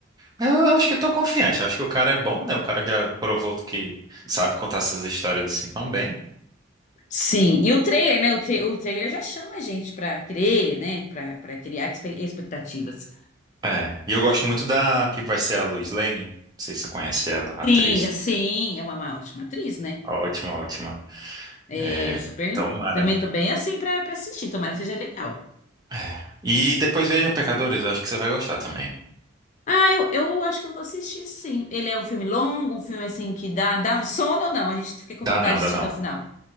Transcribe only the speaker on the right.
Mas Eu acho que eu tô confiante, eu acho que o cara é bom, né? O cara já provou que sabe contar essas histórias assim tão bem.
É, e eu gosto muito da que vai ser a Lois Lane, não sei se você conhece ela, a atriz.
Ótima, ótima.
É,
tomara.
É. E depois veja Pecadores, eu acho que você vai gostar também.
Dá
não,
dá
não.